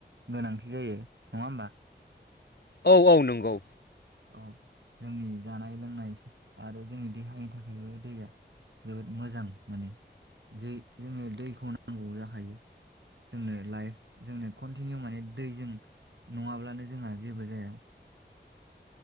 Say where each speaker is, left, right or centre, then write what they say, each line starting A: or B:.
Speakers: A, on the right; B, on the left.
A: गोनांथि जायो नङा होमबा?
B: औ औ नंगौ
A: औ जोंनि जानाय लोंनाय आरो जोंनि देहानि थाखायबो दैया जोबोद मोजां माने जोंनो दैखौ नांगौ जाखायो जोंनो लाइफ जोंनो कन्टिनिउ माने दैजों नङाब्लानो जोंहा जेबो जाया।